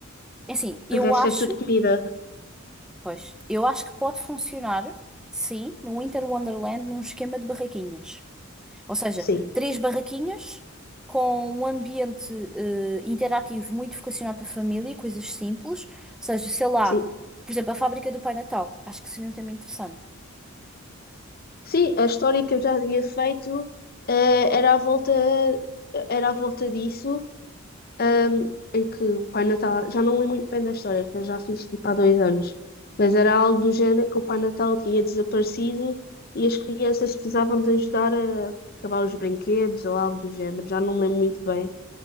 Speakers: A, in the centre; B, on the left.
A: É Assim, eu
B: O resto
A: acho,
B: é tudo comida.
A: pois, eu acho que pode funcionar, sim, no Winter Wonderland num esquema de barraquinhas. Ou seja,
B: Sim,
A: três barraquinhas com um ambiente eh, interativo muito vocacionado para a família, coisas simples. Ou seja, sei lá,
B: sim.
A: por exemplo, a fábrica do Pai Natal. Acho que seria um tema interessante.
B: Sim, a história que eu já tinha feito, eh, era à volta, era à volta disso, ahm, em que o Pai Natal, já não lembro muito bem da história, que eu já fiz tipo há dois anos, mas era algo do género que o Pai Natal tinha desaparecido e as crianças precisavam de ajudar a acabar os brinquedos ou algo do género, já não lembro muito bem.